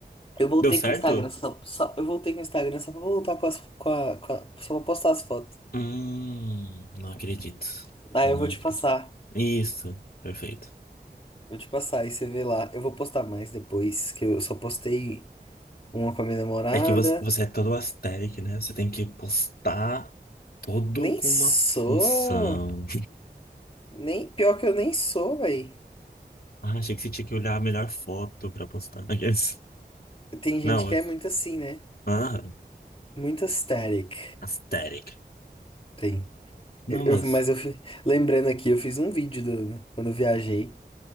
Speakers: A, on the left; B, on the left.
A: Eu voltei
B: Deu certo?
A: com o Instagram só, só- eu voltei com o Instagram só pra voltar com as, com a, com a- só pra postar as fotos.
B: Hum, não acredito.
A: Aí
B: Não
A: eu vou te
B: acredito.
A: passar.
B: Isso, perfeito.
A: Vou te passar, aí você vê lá. Eu vou postar mais depois, que eu só postei uma com a minha namorada.
B: É que você, você é todo asteric, né? Você tem que postar todo
A: Nem
B: com
A: sou.
B: uma função.
A: Nem pior que eu nem sou, velho.
B: Ah, achei que você tinha que olhar a melhor foto pra postar. Aqueles-
A: Tem gente
B: Não, mas.
A: que é muito assim, né?
B: Ah,
A: Muito aesthetic.
B: asteric.
A: Tem.
B: Não,
A: Eu,
B: mas.
A: eu- mas eu fi- lembrando aqui, eu fiz um vídeo do- quando eu viajei.